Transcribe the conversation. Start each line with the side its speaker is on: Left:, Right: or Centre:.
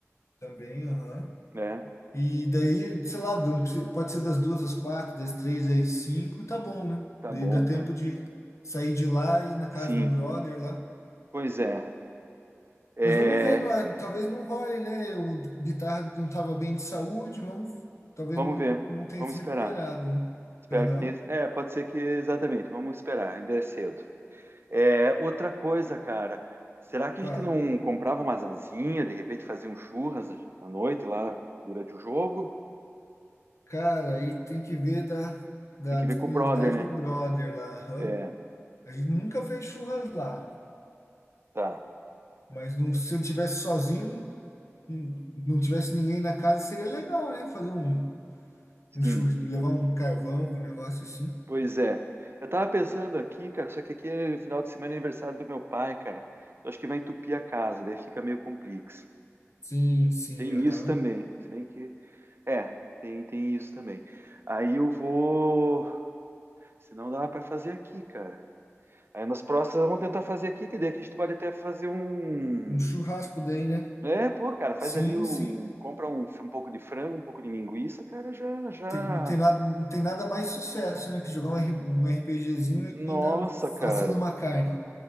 Left: também, aham.
Right: né?
Left: E daí, sei lá, do- pode ser das duas às quatro, das três às cinco, tá bom, né?
Right: Tá
Left: Daí
Right: bom,
Left: dá tempo
Right: cara.
Left: de sair de lá e ir na casa
Right: Sim,
Left: do brother lá.
Right: pois é. É,
Left: Mas vamos ver, não é- talvez não role, né? O guitarra não estava bem de saúde, vamos, talvez
Right: vamos
Left: não,
Right: ver,
Left: não tenha
Right: vamos
Left: se
Right: esperar.
Left: recuperado, né?
Right: Espero
Left: Aham,
Right: que tenha. É, pode ser que exatamente. Vamos esperar, ainda é cedo. É, outra coisa, cara. Será que
Left: fala.
Right: a gente não comprava umas asinhas, de repente fazia um churras à noite lá durante o jogo?
Left: Cara, aí tem que ver da, da
Right: Tem que
Left: disponibilidade
Right: ver com o brother, né?
Left: do brother lá, aham.
Right: É,
Left: A gente nunca fez churras lá,
Right: tá.
Left: mas não, se ele tivesse sozinho, hum não tivesse ninguém na casa, seria legal, né? Fazer um, um
Right: Sim.
Left: churri, levar um carvão, um negócio assim.
Right: Pois é. Eu tava pensando aqui, cara, só que aqui é final de semana é aniversário do meu pai, cara. Eu acho que vai entupir a casa, daí fica meio complexo.
Left: Sim, sim,
Right: Tem
Left: aham.
Right: isso também. Se bem que. É, tem, tem isso também. Aí eu vou. Senão dá para fazer aqui, cara. Aí nas próximas vamos tentar fazer aqui, que daí aqui a gente pode até fazer um.
Left: Um churrasco daí, né?
Right: É, pô, cara, faz
Left: Sim,
Right: ali um.
Left: sim.
Right: Compra um, um pouco de frango, um pouco de linguiça, cara, já, já.
Left: Tem- não tem nada, não tem nada mais sucesso, né? Que jogar um, R- um RPGzinho
Right: Nossa,
Left: e ainda um-
Right: cara.
Left: assando uma carne.